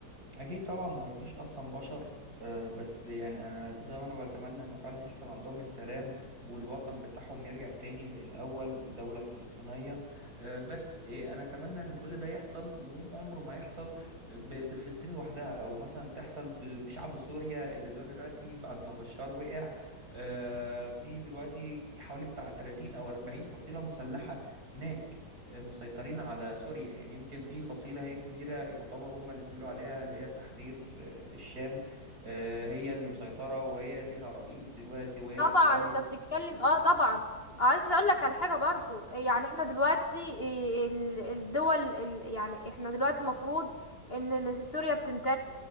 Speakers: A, on the right (about 60°); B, on the left (about 35°).
A: اكيد طبعا ما يرضيش اصلا بشر آه، بس يعني انا زي ما انا بتمنى انه فعلا يحصل عندهم السلام والوطن بتاعهم يرجع تاني زي الاول دولة فلسطينية آه، بس آه، انا اتمنى ان كل ده يحصل وعمره ما يحصل ب- بفلسطين لوحدها او مثلا تحصل ب- بشعب سوريا اللي دول دلوقتي بعد ما بشار وقع آه، في دلوقتي حوالي بتاع 30 او 40 فصيلة مسلحة هناك مسيطرين على سوريا يعني يمكن في فصيلة هي كبيرة يعتبر هم اللي بيقولوا عليها اللي هي تحرير آه، الشام آه، هي اللي مسيطرة وهي ليها رئيس دلوقتي وهي اللي
B: طبعا
A: بتخلي
B: انت بتتكلم اه طبعا عايزه اقول لك على حاجه برضو يعني احنا دلوقتي ايه ال- الدول ال- يعني احنا دلوقتي المفروض ان ال- سوريا بتنتج